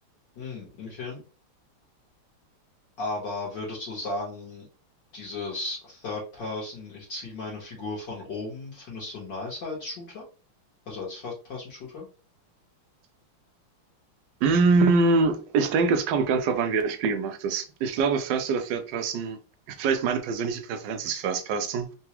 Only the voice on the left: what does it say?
hm, okay. Aber würdest du sagen, dieses Third Person, ich ziehe meine Figur von oben, findest du nicer als Shooter? Also als First Person Shooter?